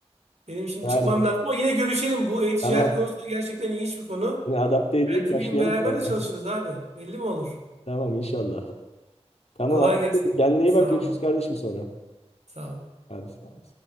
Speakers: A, on the right (about 80°); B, on the left (about 70°).
A: Benim şimdi
B: yani
A: çıkmam lazım ama yine görüşelim. Bu e-ticaret
B: tamam.
A: konusu gerçekten ilginç bir konu.
B: Seni adapte edeyim
A: Belki
B: başlayalım
A: bir gün beraber
B: seninle.
A: de çalışırız abi. Belli mi olur?
B: <laughs> Tamam inşallah. Tamam.
A: Kolay
B: Abdülkadir,
A: gelsin.
B: Kendine iyi
A: Sağ
B: bak. Görüşürüz
A: ol.
B: kardeşim sonra.
A: Sağ ol.
B: Hadi sağ ol.